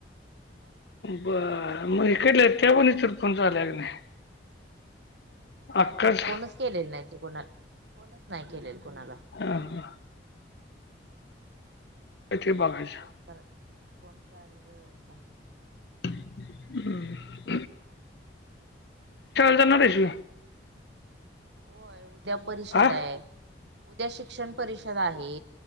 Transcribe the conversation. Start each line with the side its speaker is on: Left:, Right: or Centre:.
Right: नाही
Left: बर, मग इकडल्या त् <inaudible> या पतर पण <inaudible> चाल्या क नाही.
Right: नाही,
Left: अक्काच
Right: आता फोनच केलेले नाही. ते कोणा फोनच नाही केलेल कोणाला.
Left: हा. अ <unintelligible> थे <unintelligible> पाघयच्या
Right: फोन फोन करायला वेळच नाही.
Left: हम.
Right: हा त्यामुळे
Left: जाणार
Right: प
Left: आहेस की?
Right: <unintelligible> होय हो उद्या परिषद
Left: हा
Right: हाय. उद्या शिक्षण परिषद आहे.